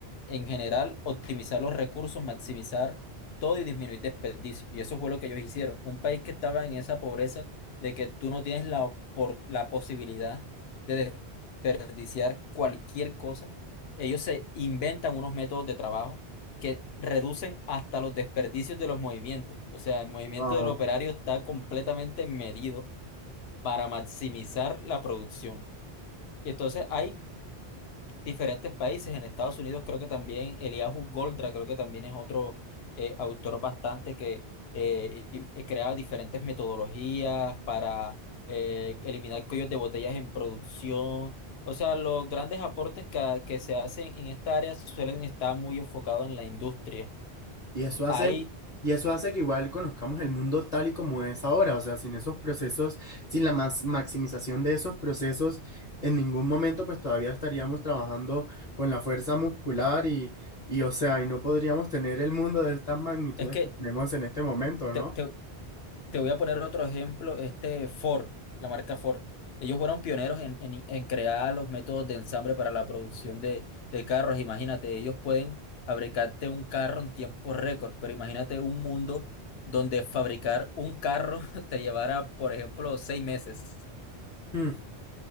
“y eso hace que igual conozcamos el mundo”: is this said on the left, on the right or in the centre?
Left